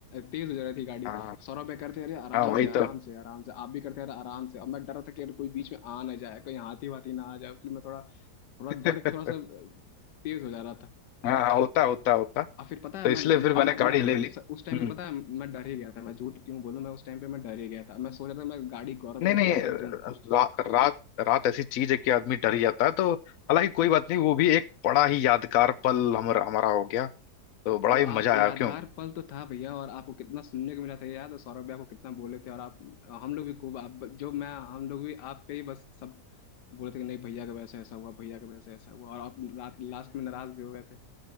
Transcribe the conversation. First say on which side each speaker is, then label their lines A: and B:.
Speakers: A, on the left (about 80°); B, on the left (about 60°).
A: तेज हो जा रही थी गाड़ी
B: हाँ
A: सौरभ भाई करते अरे आराम
B: हाँ वही
A: से आराम
B: तो
A: से आराम से आप भी करते अरे आराम से अब मैं डर रहा था कि अरे कोई बीच में आ ना जाए कोई हाथी वाथी ना आ जाए इसलिए मैं थोड़ा थोड़ा
B: <laughs>
A: डर के थोड़ा सा तेज हो जा रहा था
B: हाँ हाँ, होता होता होता
A: और फिर पता है
B: तो
A: मैं
B: इसलिए
A: मैं
B: फिर मैंने
A: मैं, मैं
B: गाड़ी ले ली
A: स- उस टाइम
B: हम्म
A: पे पता है मैं डर ही गया था मैं झूठ क्यों बोलूं मैं उस टाइम पे मैं डर ही गया था मैं सोच रहा था मैं गाड़ी गौरव
B: नहीं
A: भाई को
B: नहीं
A: कैसे दूं
B: रा, रात रात ऐसी चीज है कि आदमी डर ही जाता है तो हालांकि कोई बात नहीं वो भी एक बड़ा ही यादगार पल हम, हमारा हो गया तो बड़ा
A: तो
B: ही
A: आप
B: मजा आया
A: यादगार
B: क्यों
A: पल तो था भैया और आपको कितना सुनने को मिला था ये याद है सौरभ भी आपको कितना बोले थे और आप हम लोग भी खूब आप जो मैं हम लोग भी आप पे ही बस सब बोले थे कि नहीं भैया का वैसे ऐसा हुआ भैया का वैसे ऐसा हुआ और आप रात लास्ट में नाराज भी हो गए थे